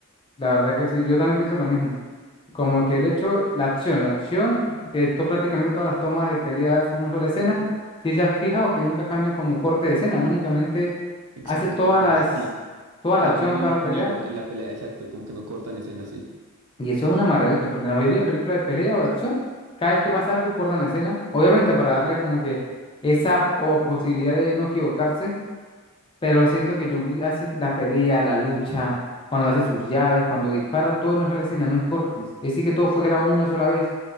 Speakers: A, on the left; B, on the right.
A: La verdad que sí, yo también pienso lo mismo. Como que el hecho, la acción, la acción, que to- prácticamente todas las tomas de pelea es una sola escena. Si se ha fijado que nunca cambian como corte de escena, únicamente
B: Exacto,
A: hace todas
B: como que
A: las,
B: sí,
A: toda la
B: llevan
A: acción,
B: un, hi-
A: toda la pelea.
B: un hilo en la pelea, exacto, como que no cortan escenas, sí.
A: Y eso es una maravilla, porque en la mayoría de películas de pelea o de acción, cada vez que pasa algo, cortan la escena. Obviamente para darle como que esa po- posibilidad de no equivocarse, Pero siento que John Wick hace la pelea, la lucha, cuando hace sus llaves, cuando dispara, todo en una sola escena, no hay cortes. Es decir, que todo fue grabado una sola vez.